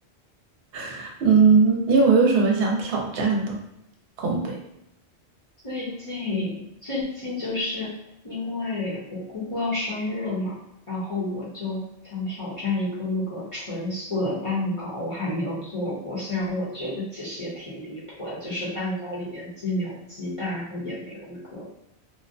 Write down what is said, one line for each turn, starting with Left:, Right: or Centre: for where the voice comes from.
Right: <laughs> 嗯，你有没有什么想挑战的烘焙？
Left: 最近最近就是因为我姑姑要生日了嘛，然后我就想挑战一个那个纯素的蛋糕，我还没有做过。虽然我觉得其实也挺离谱的，就是蛋糕里面既没有鸡蛋，然后也没有那个